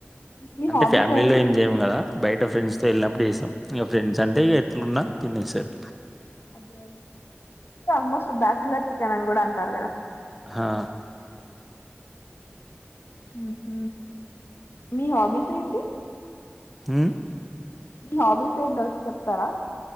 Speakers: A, on the left; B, in the centre.
A: మీ
B: అంటే
A: హాబీస్
B: ఫ్యామిలీలో
A: ఏంటి
B: ఏం జేయము గదా బయట ఫ్రెండ్స్తో వెళ్ళినప్పుడు జేసం ఇగ ఫ్రెండ్స్ అంటే ఇగ ఎట్లున్నా తినేసరు
A: అదే ఆల్మోస్ట్ బ్యాచులర్ చికెన్ అని కూడా అంటారు గదా
B: హా
A: హుహ్ మీ హాబీస్ ఏంటి
B: హు
A: మీ హాబీస్ ఏంటో చెప్తారా